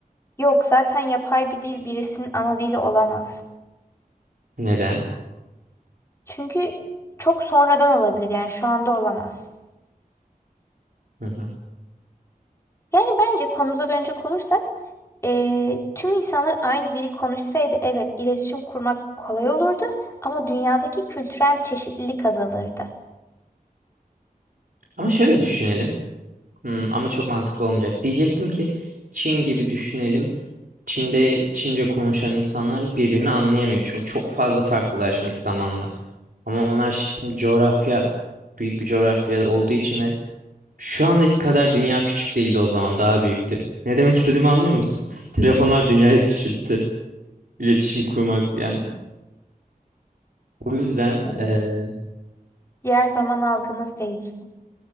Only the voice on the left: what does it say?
Yok zaten yapay bir dil birisinin ana dili olamaz.
Çünkü çok sonradan olabilir yani şu anda olamaz.
Yani bence konumuza dönecek olursak eee, tüm insanlar aynı dili konuşsaydı evet iletişim kurmak kolay olurdu ama dünyadaki kültürel çeşitlilik azalırdı.
Ne diyorsun?
Yer zaman algımız değişti.